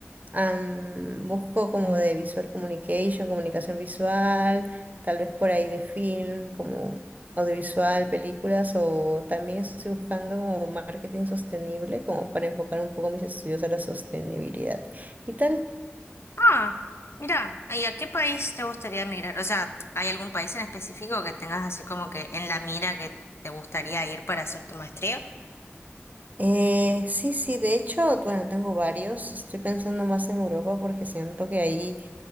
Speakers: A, on the right; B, on the left.
A: Am, busco como de visual communication, comunicación visual, tal vez por ahí de film, como audiovisual, películas, o también estoy buscando como marketing sostenible, como para enfocar un poco mis estudios a la sostenibilidad y tal.
B: Ah, mira, ¿y a qué país te gustaría emigrar? O sea, ¿hay algún país en específico que tengas así como que en la mira que te gustaría ir para hacer tu maestría?
A: Eh, sí, sí, de hecho, bueno, tengo varios. Estoy pensando más en Europa porque siento que ahí,